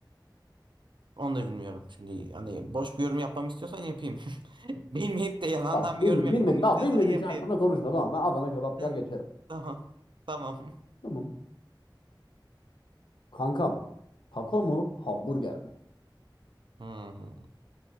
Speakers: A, on the right; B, on the left.
A: Onu da bilmiyorum. Şimdi hani boş bir yorum yapmamı istiyorsan yapayım. <laughs> Bilmeyip de yalandan
B: Bak
A: bir
B: bilmi
A: yorum yapmamı
B: bilmedim.
A: istiyorsan
B: Bak bilmediğin
A: yapayım.
B: şey hakkında konuşma. Tamam ben Adana kebap
A: Hı,
B: der geçerim.
A: Tamam. Tamam.
B: Tamam. Kankam. Taco mu? Hamburger mi?
A: Hmm.